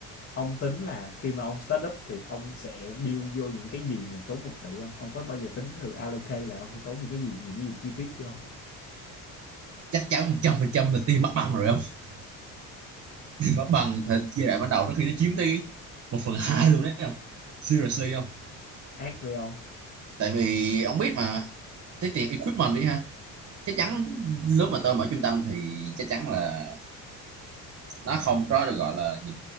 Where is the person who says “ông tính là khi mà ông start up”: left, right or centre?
Left